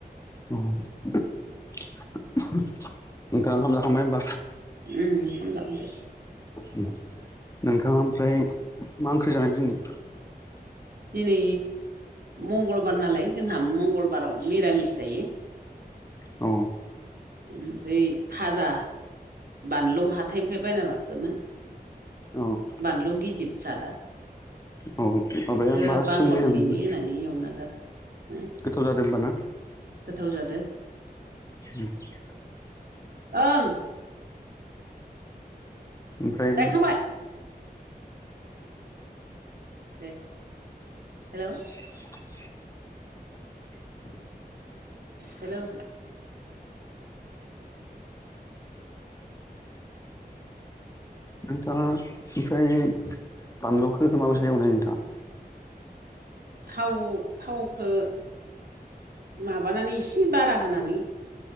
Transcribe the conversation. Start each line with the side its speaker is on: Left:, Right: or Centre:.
Left: अ नोंथांआ ओंखाम जाखांबाय होमबा
Right: ओंखाम जाखांबाय
Left: उ <inaudible> नोंथाङा ओमफ्राय मा ओंख्रि जानाय दिनि
Right: दिनै मंगलबार नालाय जोंहा मंगलबाराव मिरामिस जायो
Left: औ
Right: ओमफ्राय फाजा बानलु हाथायनिफ्राय बायना लाबोदोंमोन
Left: औ
Right: बानलु गिदिर जादा
Left: औ माबाया
Right: बेखौ
Left: मा
Right: बांगन
Left: सोलिनाय नोङो
Right: थायनै होनानै एवना जादों हो
Left: गोथाव जादों होमबाना
Right: गोथाव जादो
Left: ओम <inaudible>
Right: ओं
Left: ओमफ्राय
Right: गायखांबाय दे हेलौ
Left: हेल' <inaudible> <inaudible>
Right: हेलौ
Left: नोंथाङा ओमफ्राय बानलुखौ माबासो एवनाय नोंथाङा
Right: थाव थावखो माबानानै एसे बारा होनानै